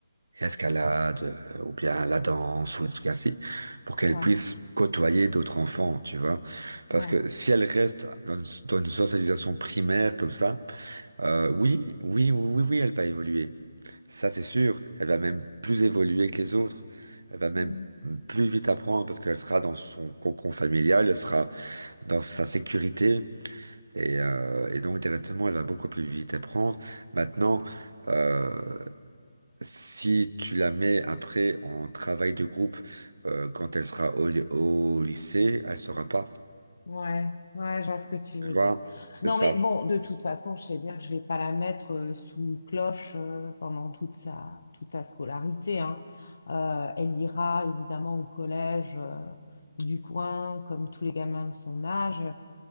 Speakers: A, on the right; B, on the left.
A: escalade euh, ou bien la danse ou des trucs ainsi pour qu'elle
B: Ouais,
A: puisse côtoyer d'autres enfants tu vois parce
B: ouais.
A: que si elle reste dans une, dans une socialisation primaire comme ça euh, oui oui oui oui oui, elle va évoluer ça c'est sûr elle va même plus évoluer que les autres elle va même
B: Hmm.
A: plus vite apprendre parce qu'elle sera dans son cocon familial elle sera dans sa sécurité. Et, euh, et donc, directement, elle va beaucoup plus vite à prendre. Maintenant, euh, si tu la mets après en travail de groupe, euh, quand elle sera au, au lycée, elle saura pas.
B: Ouais, ouais, je vois ce que tu veux
A: Tu vois?
B: dire.
A: C'est
B: Non,
A: ça.
B: mais bon, de toute façon, je sais bien que je vais pas la mettre euh, sous cloche euh, pendant toute sa, toute sa scolarité, hein. Euh, elle ira évidemment au collège euh, du coin, comme tous les gamins de son âge.